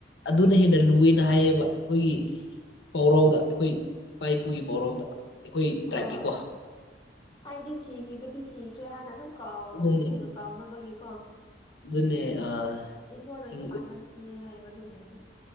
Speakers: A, on the left (about 70°); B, on the left (about 25°).
A: ꯑꯗꯨꯅ ꯍꯦꯟꯅ ꯂꯨꯑꯦꯅ ꯍꯥꯏꯌꯦꯕ ꯑꯩꯈꯣꯏꯒꯤ ꯄꯥꯎꯔꯧꯗ ꯑꯩꯈꯣꯏ ꯏꯄꯥ ꯏꯄꯨꯒꯤ ꯄꯥꯎꯔꯧꯗ ꯑꯩꯈꯣꯏ ꯇ꯭ꯔꯥꯏꯞꯀꯤꯀꯣ
B: ꯍꯣꯏ ꯍꯥꯏꯗꯤ ꯁꯤꯈꯤꯕꯗꯤ ꯁꯤꯈ꯭ꯔꯦ ꯍꯥꯏꯅ ꯑꯗꯨꯝ ꯀꯥꯎ
A: ꯑꯗꯨꯅꯦ
B: ꯊꯨꯅ ꯀꯥꯎꯅꯕꯒꯤꯀꯣ
A: ꯑꯗꯨꯅꯦ ꯑ
B: ꯏꯁꯣꯔꯅꯁꯨ
A: ꯍꯤꯡ
B: ꯄꯥꯡꯒꯟ ꯄꯤꯌꯦ ꯍꯥꯏꯌꯦꯕ ꯑꯗꯨꯒꯨꯝꯕꯗꯤ